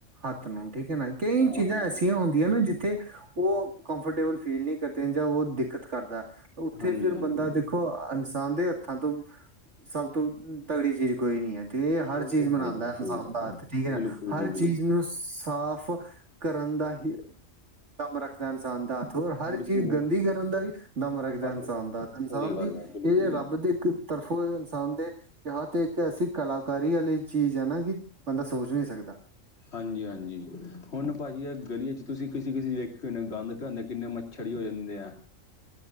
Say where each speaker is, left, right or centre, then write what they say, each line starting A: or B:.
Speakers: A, on the right; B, on the left.
A: ਹੱਥ ਨੂੰ ਠੀਕ ਐ ਨਾ, ਕਈਂ
B: ਹਾਂ
A: ਚੀਜਾ
B: ਹਾਂ
A: ਐਸੀਆਂ ਹੋਂਦੀਆਂ ਨੇ ਜਿੱਥੇ ਓ ਕੰਫਟੇਬਲ ਫੀਲ ਨਈ ਕਰ ਤੇ ਜਾਂ ਓ ਦਿੱਕਤ ਕਰਦੈ, ਓਥੇ
B: ਹਾਂਜੀ
A: ਫਿਰ
B: ਹਾਂਜੀ
A: ਬੰਦਾ ਦੇਖੋ ਅ ਇਨਸਾਨ ਦੇ ਹੱਥਾਂ ਤੋਂ ਸਬ ਤੋਂ, ਤਗੜੀ ਚੀਜ ਕੋਈ ਨੀ ਐ। ਤੇ, ਹਰ
B: ਉਹ
A: ਚੀਜ਼
B: ਤਾਂ
A: ਬਨਾਉਂਦਾ
B: ਹੀ
A: ਹੈ,
B: ਸਹੀ
A: ਇਨਸਾਨ
B: ਗੱਲ
A: ਦਾ ਹੱਥ, ਠੀਕ ਹੈ ਨਾ
B: ਬਿਲਕੁਲ
A: ਹਰ
B: ਜੀ ਬਿਲਕੁਲ
A: ਚੀਜ਼ ਨੂੰ ਸਾਫ ਕਰਨ ਦਾ ਹੀ ਦਮ ਰੱਖਦਾ, ਇਨਸਾਨ ਦਾ ਹੱਥ ਹਰ, ਇੱਕ।
B: ਬਿਲਕੁਲ
A: ਗੰਦੀ ਕਰਨ ਦਾ ਵੀ, ਦਮ ਰੱਕਦਾ
B: ਹੱਥ
A: ਅਨਸਾਨ ਦਾ ਹਰ, ਅਨਸਾਨ
B: ਸਹੀ ਗੱਲ
A: ਦੀ
B: ਹੈ ਬਿਲਕੁਲ
A: ਏ
B: ਜੀ
A: ਰੱਬ ਅ ਦ, <unintelligible> ਇੱਕ ਤਰਫੋਂ ਏ ਇਨਸਾਨ ਦੇ ਕੀ ਹੱਥ ਇੱਕ ਐਸੀ, ਕਲਾਕਾਰੀ ਵਾਲੀ ਚੀਜ਼ ਆ ਨਾ ਕਿ, ਬੰਦਾ ਸੋਚ ਨਈ ਸਕਦਾ।
B: ਹਾਂਜੀ, ਹਾਂਜੀ ਹੁਨ ਭਾਜੀ ਅ ਗਲੀਏ ਚ ਤੁਸੀਂ ਕਿਸੇ, ਕਿਸੇ ਵੇਖ ਹੋਨਾ ਗੰਦ ਪੇਹਂਦੈ ਕਿੰਨੇ ਮੱਛੜ ਜੇ ਹੋ ਜਾਂਦੇ ਆ।